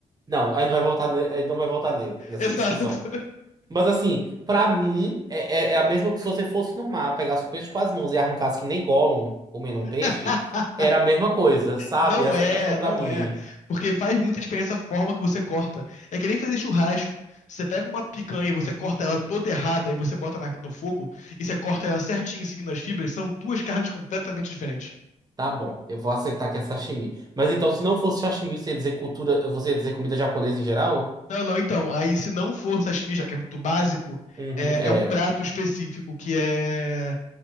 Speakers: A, on the right (about 30°); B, on the left (about 70°).
A: Não, a gente vai voltar, ne- a gente não vai voltar ne- nessa
B: Exato.
A: discussão. Mas assim, pra mim, é, é- é a mesma que se você fosse no mar, pegasse o peixe com as mãos e arrancasse que nem Gollum comendo um peixe,
B: <laughs>
A: era a mesma coisa, sabe?
B: Não
A: Essa
B: é,
A: é a questão pra
B: não
A: mim.
B: é. Porque faz muita diferença a forma que você corta. É que nem fazer churrasco. Você pega uma picanha e você corta ela toda errada e você bota na- no fogo e você corta ela certinho seguindo as fibras, são duas carnes completamente diferentes.
A: Tá bom, eu vou aceitar que é sashimi. Mas então, se não fosse sashimi, você ia dizer cultura, você ia dizer comida japonesa em geral?
B: Não, não, então. Aí se não for sashimi, já que é muito básico,
A: Uhum,
B: é,
A: é.
B: é um prato específico que é